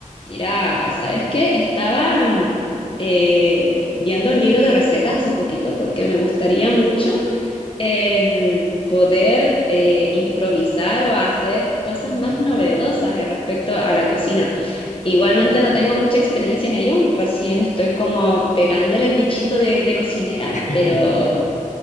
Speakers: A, on the left; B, on the left.
A: Mira, ¿sabes qué? Estaba mm, eh, viendo un libro de recetas hace poquito porque me gustaría mucho el poder eh, improvisar o hacer cosas
B: Mm,
A: más novedosas eh, respecto a la cocina. Igualmente
B: hoy.
A: no tengo mucha experiencia en ello, recién estoy como pegándole el bichito de, de cocinera,
B: <laughs>
A: pero,